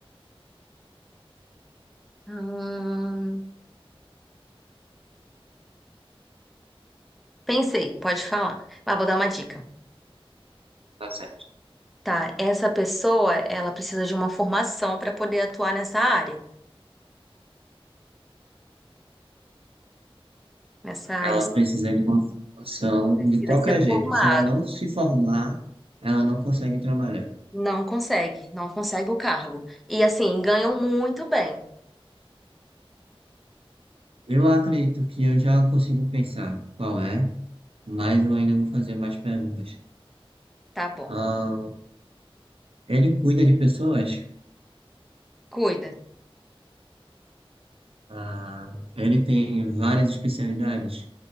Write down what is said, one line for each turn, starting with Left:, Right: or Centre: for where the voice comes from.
Centre: Hum, pensei, pode falar. Mas vou dar uma dica.
Right: tá certo.
Centre: Tá, essa pessoa, ela precisa de uma formação para poder atuar nessa área. Nessa área,
Right: Ela
Centre: você
Right: precisa de uma formação
Centre: precisa
Right: de qualquer
Centre: ser
Right: jeito.
Centre: formada.
Right: Se ela não se formar, ela não consegue trabalhar.
Centre: Não consegue, não consegue o cargo. E assim, ganham muito bem.
Right: Eu acredito que eu já consigo pensar qual é. Mas eu ainda vou fazer mais perguntas.
Centre: Tá bom.
Right: Ah, ele cuida de pessoas?
Centre: Cuida.
Right: Ah, ele tem várias especialidades?